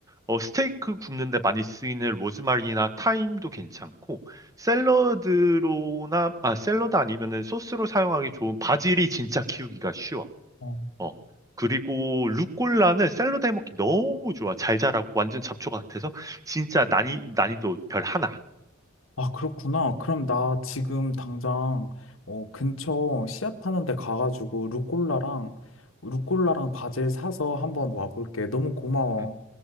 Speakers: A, on the right; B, on the left.
A: 어, 스테이크 굽는데 많이 쓰이는 로즈마리나 타임도 괜찮고, 샐러드로나, 아, 샐러드 아니면은 소스로 사용하기 좋은 바질이 진짜 키우기가 쉬워.
B: 어.
A: 어. 그리고 루꼴라는 샐러드 해먹기 너무 좋아. 잘 자라고 완전 잡초 같아서 진짜 난이, 난이도 별 하나. 음.
B: 아, 그렇구나. 그럼 나 지금 당장 어, 근처 씨앗 파는 데 가가지고 루꼴라랑 루꼴라랑 바질 사서 한번 와볼게. 너무 고마워.
A: 음.